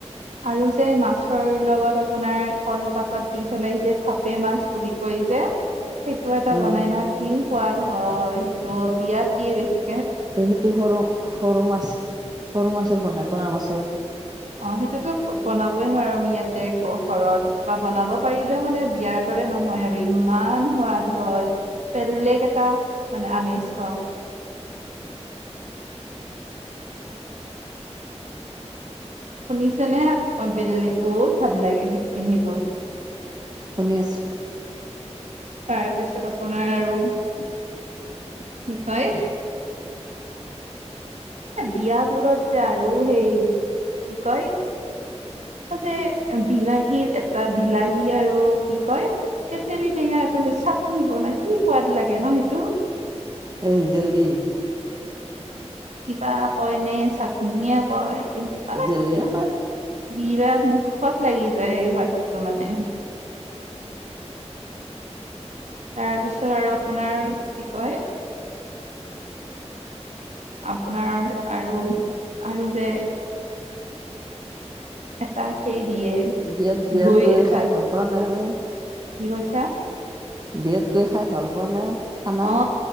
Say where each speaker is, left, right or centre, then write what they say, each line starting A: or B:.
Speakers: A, on the right (about 80°); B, on the right (about 35°).
A: আৰু যে মাছৰ লগত আপোনাৰ কলপাতত দি পেলাই যে ভাপে মাছ বুলি কয় যে। সেইটো এটা
B: অঁ
A: বনাই নহয় কি? সোৱাদ হয় সেইটো বিয়াত দিয়ে বেছি।
B: এইটো সৰু, সৰু মাছ, সৰু মাছৰ বনাই পৰা মাছৰ-
A: অ সেইটোতো বনাবই নোৱাৰো আমি ইয়াতে ঘৰত বা বনাব পাৰিলেও মানে বিয়াৰ দৰে নহয় আৰু ইমান সোৱাদ হয়, বেলেগ এটা মানে আমেজ পাওঁ। শুনিছেনে, অ ব বহুত ভাল লাগে সেইখিনি সেইব-
B: শুনি আছোঁ।
A: তাৰপিছত আপোনাৰ আৰু কি কয়? বিয়াবোৰত যে আৰু সেই, কি কয় যে বিলাহীৰ এটা বিলাহী আৰু কি কয় তেতেলী টেঙা এটা যে চাটনি বনাই কি সোৱাদ লাগে ন সেইটো।
B: এই জেলী-
A: তাৰ কৈনে ছাটনি- কয় মানে-
B: জেলিয়ে কয়
A: বিৰাট মুখত লাগি যায় এই সোৱাদটো মানে- তাৰপিছত আৰু আপোনাৰ কি কয়? আপোনাৰ আৰু, আৰু যে- এটা সেই- দিয়ে
B: বিয়াত বিয়াত
A: দৈ
B: গৈ
A: এটা
B: খাই ভাল পা নে তুমি?
A: কি কৈছা?
B: বিয়াত গৈ খাই ভাল পোৱা নে? খানা
A: অ